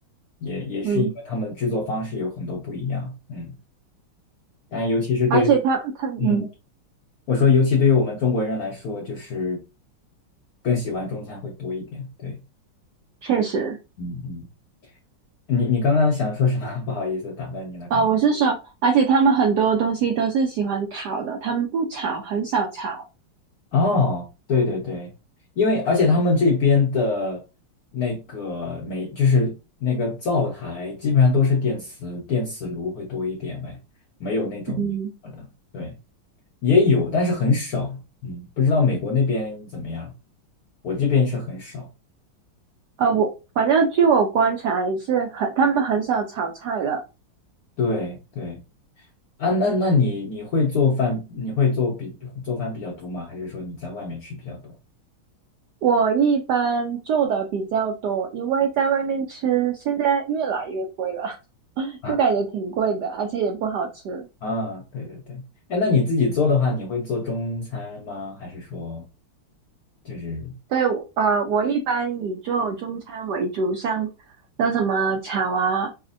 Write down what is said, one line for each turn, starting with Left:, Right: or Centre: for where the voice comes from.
Left: 也也是因为他们制作方式有很多不一样，
Right: 嗯，
Left: 嗯，但尤其是对于
Right: 而且它它嗯，
Left: 嗯，我说尤其对于我们中国人来说，就是更喜欢中餐会多一点，对，
Right: 确实。
Left: 嗯嗯。你你刚刚想说什么？<laughs> 不好意思，打断你了。刚
Right: 啊、我是说，而且他们很多东西都是喜欢烤的，他们不炒，很少炒。
Left: 哦，对对对，因为而且他们这边的那个煤，就是那个灶台，基本上都是电磁电磁炉会多一点呗，没有那种明火的。
Right: 嗯，
Left: 对，也有，但是很少。嗯，不知道美国那边怎么样，我这边是很少。
Right: 呃，我反正据我观察也是很，他们很少炒菜的。
Left: 对对啊，那那你你会做饭？你会做比做饭比较多吗？还是说你在外面吃比较多？
Right: 我一般做的比较多，因为在外面吃现在越来越贵了，<laughs>
Left: 啊？
Right: 就感觉挺贵的，而且也不好吃。
Left: 啊，对对对，哎，那你自己做的话，你会做中餐吗？还是说就是
Right: 对，我呃，我一般以做中餐为主，像像什么炒啊、